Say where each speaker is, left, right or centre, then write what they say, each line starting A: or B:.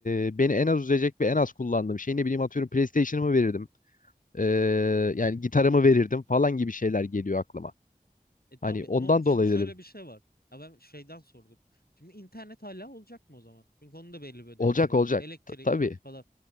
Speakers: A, on the left; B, on the left.
A: e, beni en az üzecek ve en az kullandığım şey ne bileyim atıyorum PlayStation'ımı verirdim E, yani gitarımı verirdim falan gibi şeyler geliyor aklıma.
B: E tabii
A: Hani ondan
B: ama şimdi
A: dolayı
B: şöyle
A: dedim
B: bir şey var. Ya ben şeyden sordum. Şimdi internet hala olacak mı o zaman? Çünkü onun da belli bir ödemesi
A: olacak
B: var.
A: olacak
B: Elektrik
A: Ta- tabii
B: falan.